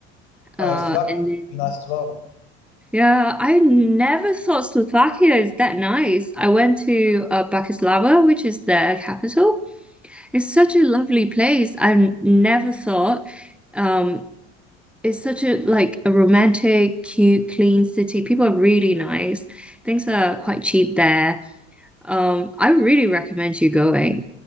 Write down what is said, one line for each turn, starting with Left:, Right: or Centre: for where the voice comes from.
Left: Uh,
Centre: uh
Left: Slovakia
Centre: and
Left: would
Centre: then
Left: be nice as well.
Centre: yeah, I never thought Slovakia is that nice. I went to uh, Bratislava, which is their capital. It's such a lovely place. I never thought um, it's such a like a romantic, cute, clean city. People are really nice. Things are quite cheap there. Um, I really recommend you going.